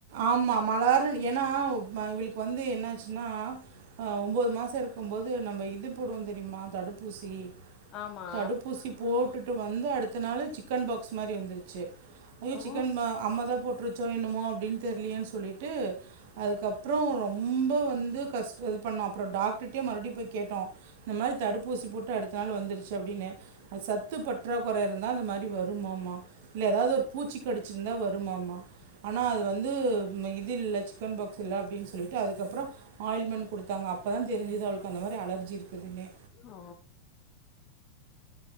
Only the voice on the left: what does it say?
ஆமா
ஓ
ஓ